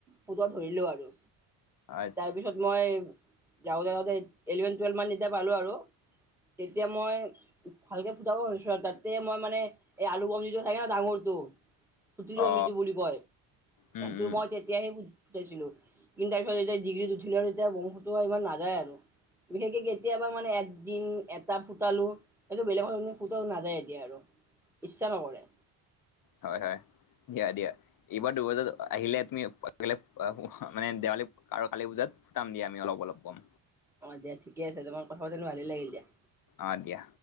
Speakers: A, in the centre; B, on the left.
A: ফুতোৱা ধৰিলোঁ আৰু
B: আচ্ছা
A: তাৰপিছত মই যাওঁতে যাওঁতে ইলেভেন টুৱেলভ মান যেতিয়া পালোঁ আৰু তেতিয়া মই ভালকে ফুটাব পাৰিছো তাতে মই মানে এই আলু বম যিটো থাকে ন ডাঙৰটো খুজিলেও
B: অ
A: নিদু বুলি কয়
B: উম
A: এইটো
B: উম
A: মই তেতিয়াহে ফু-ফুতাইছিলো। তিন <unintelligible> ডিগ্ৰীত উঠিলো আৰু তেতিয়া <unintelligible> ত ইমান নাযায় আৰু বিশেষকে কেতিয়াবা মানে একদিন এটা ফুটালো। হলেও বেলেগৰ <unintelligible> ফুটাও নাযায় এতিয়া আৰু, ইচ্ছা নকৰে।
B: হয়, হয়। দিয়া দিয়া। এইবাৰ দুবজাত আহিলে তুমি বেলেগ মানে দেৱালী ক আৰু কালি পূজাত ফুটাম দিয়া আমি অলপ অলপ বম।
A: অ', দিয়া ঠিকে আছে। তোমাৰ লগত কথা পাতিলোঁ ভালেই লাগিল দিয়া।
B: অ দিয়া